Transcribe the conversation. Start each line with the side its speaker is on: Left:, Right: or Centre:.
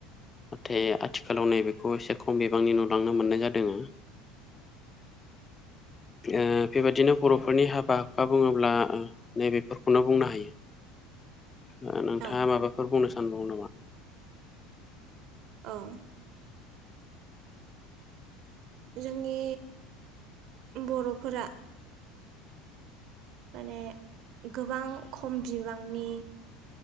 Left: नाथाय आथिखालाव नैबे खौ एसे खम बिबांनि नुलांनो मोननाय जादोंङो ओ बेबायदिनो बर'फोरनि हाबा हुखा बुङोब्ला ओ नैबेफोरखौनो बुंनो हा हायो ओ नोंथाङा
Right: औ
Left: माबाफोर बुंनो सानबावो नामा?
Right: औ जोंनि उम बर'फोरा माने गोबां खम बिबांनि